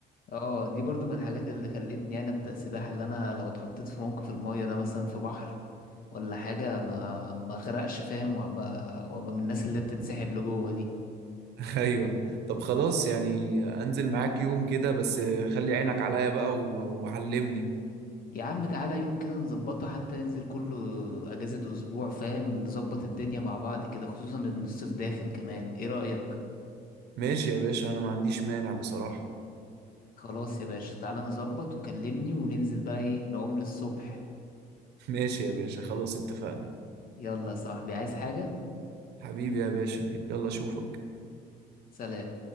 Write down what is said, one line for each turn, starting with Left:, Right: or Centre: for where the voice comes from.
Left: اه دي برضو من الحاجات اللي خلتني انا ابدا سباحه اللي انا لو اتحطيت في موقف المايه ده مثلا في بحر ولا حاجة ما ما غرقش فاهم وابقى وابقى من الناس اللي بتتسحب لجوه دي
Right: <laughs> ايوه طب خلاص يعني انزل معاك يوم كده بس خلي عينك عليا بقى و- وعلمني
Left: يا عم تعالى يوم كده نظبطه حتى ينزل كله اجازة اسبوع فاهم نظبط الدنيا مع بعض كده خصوصا ان الصيف داخل كمان ايه رأيك
Right: ماشي يا باشا انا ما عنديش مانع بصراحه
Left: خلاص يا باشا تعالى نظبط وكلمني وننزل بقى ايه نعوم للصبح
Right: <laughs> ماشي يا باشا خلاص اتفقنا
Left: يلا يا صاحبي عايز حاجة
Right: حبيبي يا باشا يلا اشوفك
Left: سلام